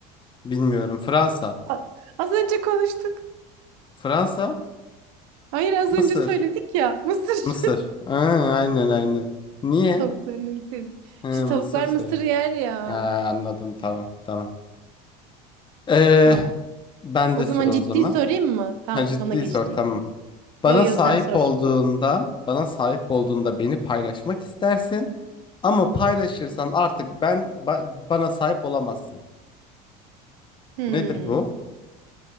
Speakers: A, on the left (about 25°); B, on the right (about 80°).
A: bilmiyorum. Fransa.
B: A- Az önce konuştuk.
A: Fransa?
B: Hayır az
A: Mısır.
B: önce söyledik ya. Mısır.
A: Mısır. Aa, aynen aynen. Niye?
B: <laughs> Tavuklarının sesi.
A: He, Mısır
B: İşte tavuklar
A: seviyor.
B: mısır yer ya.
A: Ha, anladım tamam tamam. Ee,
B: Tamam.
A: ben
B: O
A: de
B: zaman
A: sıra
B: ciddi
A: o zaman.
B: sorayım mı? Tamam
A: Ha, ciddi
B: sana geçti
A: sor tamam.
B: yine.
A: Bana
B: Yo yo
A: sahip
B: sen sor.
A: olduğunda, bana sahip olduğunda beni paylaşmak istersin. Ama paylaşırsan artık ben ba- bana sahip olamazsın.
B: Hmm,
A: Nedir bu?